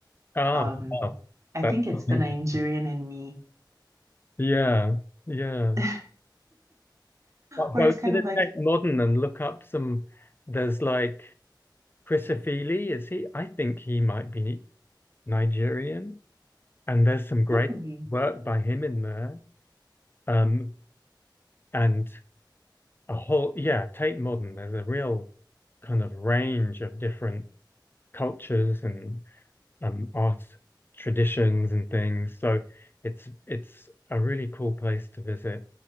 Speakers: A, on the left; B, on the right.
A: Oh,
B: Um,
A: wow.
B: I
A: That's
B: think it's
A: something.
B: the Nigerian in me,
A: Yeah, yeah.
B: <laughs>
A: I'll
B: where
A: go
B: it's
A: to
B: kind
A: the
B: of like,
A: Tate Modern and look up some. There's like Chris Ofili, is he? I think he might be Nigerian. And there's some great
B: really?
A: work by him in there. Um, and a whole, yeah, Tate Modern, there's a real kind of range of different cultures and um, art traditions and things. So it's it's a really cool place to visit.